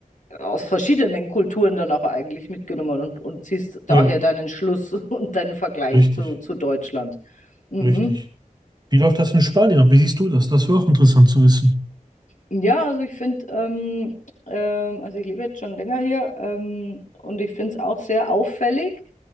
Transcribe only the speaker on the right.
Ja,
richtig,
richtig. Wie läuft das in Spanien ab? Wie siehst du das? Das wäre auch interessant zu wissen.